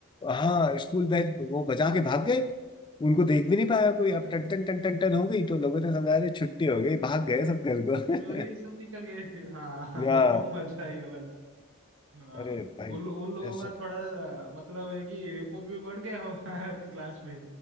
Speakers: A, on the left; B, on the right.
A: हाँ स्कूल बैग वो बजा के भाग गए उनको देख भी नहीं पाया कोई
B: <laughs>
A: अब टन टन टन टन टन हो गई तो लोगों ने समझा अरे छुट्टी हो गई भाग गए सब घर को
B: तो ये सब निकल गए फिर हाँ
A: <laughs>
B: <laughs> हाँ,
A: या
B: वो मजा ही अलग है। हाँ
A: अरे भाई
B: उन लो- उन लोगों
A: ऐसे
B: का थोड़ा सा मतलब है कि रेपो भी बढ़ गया होगा <laughs> आपकी क्लास में